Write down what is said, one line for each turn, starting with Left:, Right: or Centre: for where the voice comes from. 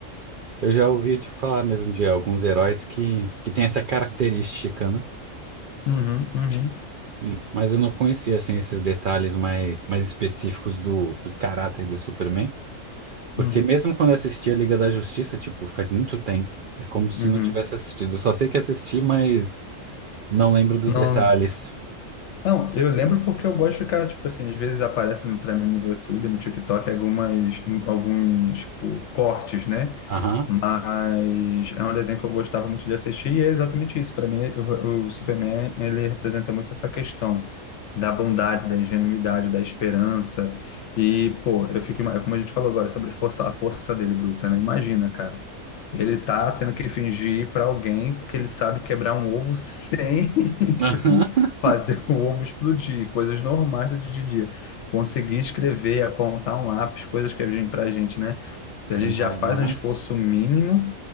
Right: Eu já ouvi te falar mesmo de alguns heróis que, que têm essa característica, né?
Left: uhum, uhum,
Right: Hum, Mas eu não conhecia, assim, esses detalhes mais, mais específicos do, do caráter do Superman. Porque
Left: uhum,
Right: mesmo quando eu assisti a Liga da Justiça, tipo, faz muito tempo. É como se
Left: uhum.
Right: não tivesse assistido. Eu só sei que assisti, mas não lembro dos
Left: Não,
Right: detalhes.
Left: não, eu lembro porque eu gosto de ficar, tipo assim, às vezes aparecem pra mim no YouTube, no TikTok, algumas, alguns, tipo, cortes, né?
Right: Aham.
Left: Mas é um desenho que eu gostava muito de assistir e é exatamente isso. Para mim, o, o Superman, ele representa muito essa questão da bondade, da ingenuidade, da esperança. E, pô, eu fico, ima- como a gente falou agora, sobre força, a força dele bruta, né? Imagina, cara. Ele tá tendo que fingir para alguém que ele sabe quebrar um ovo sem, <laughs>
Right: <laughs>
Left: tipo, fazer o ovo explodir, coisas normais do dia a dia. Conseguir escrever, apontar um lápis, coisas que a gente, pra gente, né?
Right: Sumou
Left: A gente já faz
Right: Marx.
Left: um esforço mínimo